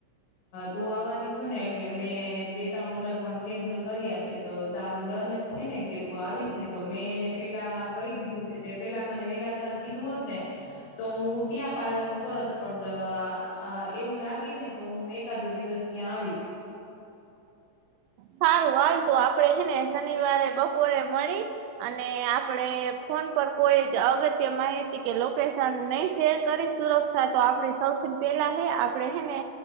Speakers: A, on the left; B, on the right.
A: તું આવવાની છ ને એટલે મેં બે ત્રણ. ઓર્ડર પણ કેન્સલ કર્યા છે તો તારું ડન જ છે ને કે તું આવીશ ને તો મેં એને પેલા. કહી દીધું છે તે પેલા મને વેલા. કીધું હોત ને તો હું ત્યાં પાર્લર નું કરત પણ એવું લાગે ને. ને તો હું એકાદો દિવસ ત્યાં આવીશ.
B: સારું હાલ તોું આપડે હને શનિવારે બપોરે મળી અને આપડે. ફોન પર કોઈ જ અગત્ય માહિતી કે લોકેશન નહી શેર કરી સુરક્ષા તો આપણી સૌથી. પેલા આપણેેને